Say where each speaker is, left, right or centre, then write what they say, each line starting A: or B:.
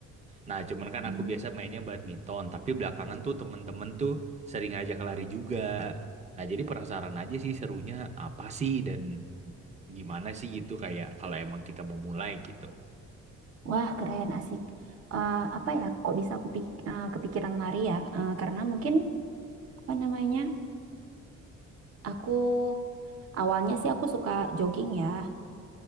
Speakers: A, on the right; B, on the right.
A: Nah, cuman kan
B: Hmm.
A: aku biasa mainnya badminton, tapi belakangan tuh temen-temen tuh sering ngajak lari juga. Nah, jadi penasaran aja sih serunya apa sih dan gimana sih gitu kayak kalau emang kita mau mulai gitu.
B: Wah keren, asik. Eh, apa ya, kok bisa aku pik- eh, kepikiran lari ya? Eh, karena mungkin, apa namanya, aku awalnya sih aku suka jogging ya.